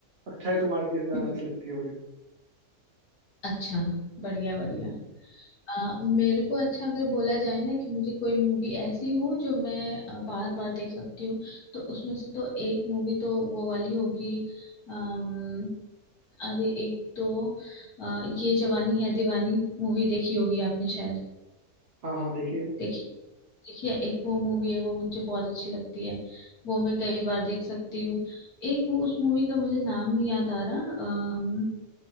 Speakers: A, on the right; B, on the left.
A: अक्षय कुमार की ज्यादा
B: हम्म।
A: अच्छी लगती है मुझे
B: अच्छा बढ़िया बढ़िया
A: हम्म,
B: अ, मेरे को अच्छा अगर बोला जाए ना कि मुझे कोई मूवी ऐसी हो जो मैं बार बार देख सकती हूँ तो उसमें से तो एक मूवी तो वो वाली होगी अम, अरे एक तो अ, ये जवानी है दीवानी मूवी देखी होगी आपने शायद
A: हाँ हाँ देखिए
B: देखी देखिए एक वो मूवी है वो मुझे बहुत अच्छी लगती है वो मैं कई बार देख सकती हूँ एक वो उस मूवी का मुझे नाम नहीं याद आ रहा अम,